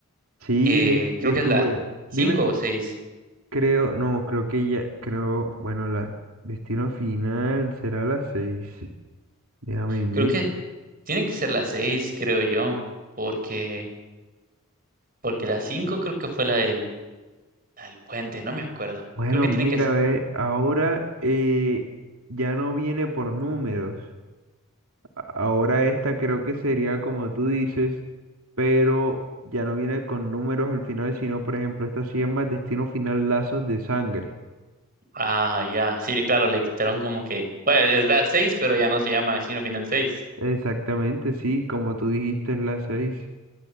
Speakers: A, on the right; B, on the right.
A: Sí,
B: Eh,
A: y
B: creo
A: estuve.
B: que es la 5
A: Dime.
B: o seis
A: Creo, no, creo que ya, creo, bueno, la destino final será a las seis. Déjame mirar.
B: Creo que tiene que ser la 6 creo yo, porque, porque la 5 creo que fue la del, la del puente, no me acuerdo.
A: Bueno,
B: Creo que tiene
A: mira,
B: que ser.
A: ve, ahora eh, ya no viene por números. A- Ahora esta creo que sería como tú dices, pero ya no viene con números al final, sino, por ejemplo, esta se llama destino final lazos de sangre.
B: Ah, ya. Sí, claro, le quitaron como que. Bueno, es la 6, pero ya no se llama Destino Final 6.
A: Exactamente, sí, como tú dijiste, es la seis.